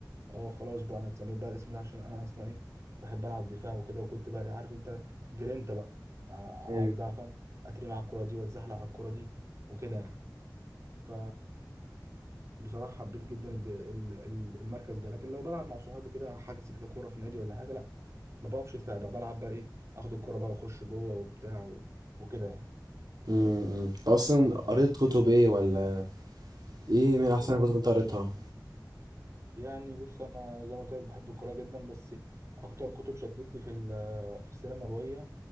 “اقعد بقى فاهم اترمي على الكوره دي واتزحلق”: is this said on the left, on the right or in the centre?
Right